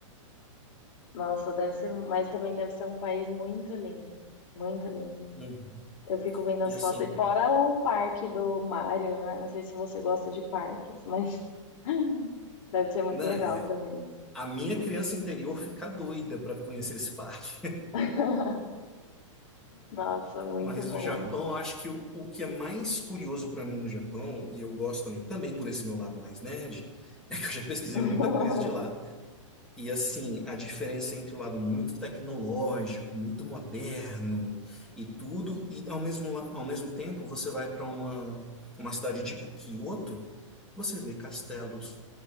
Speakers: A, on the left; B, in the centre.
A: Nossa, deve ser, mas também deve ser um país muito lindo, muito lindo.
B: Uhum.
A: Eu fico vendo as
B: E assim,
A: fotos. E fora o parque do Mario, né? Não sei se você gosta de parques, mas <laughs> deve ser muito
B: né,
A: legal também.
B: é- a minha criança interior fica doida para conhecer esse parque.
A: <laughs> Nossa, muito
B: Mas
A: bom.
B: o Japão, eu acho que o, o que é mais curioso para mim no Japão, e eu gosto também, também por esse meu lado mais nerd, <laughs> é que eu já pesquisei
A: <laughs>
B: muita coisa de lá. E assim, a diferença entre o lado muito tecnológico, muito moderno e tudo, e ao mesmo, la- ao mesmo tempo você vai para uma, uma cidade tipo Kyoto, você vê castelos,